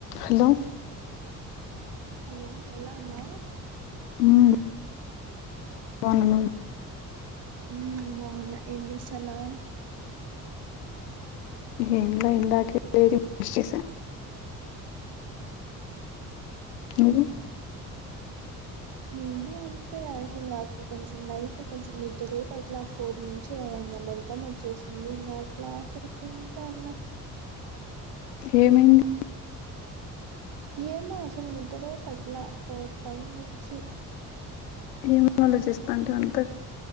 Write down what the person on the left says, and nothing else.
hello
ఉమ్ బావున్నా
ఏంలె ఇందాకే డైరీ ముసేసా నువ్వు
ఏమైయింది
ఏమ ఆలోచిస్తాంటివి అంత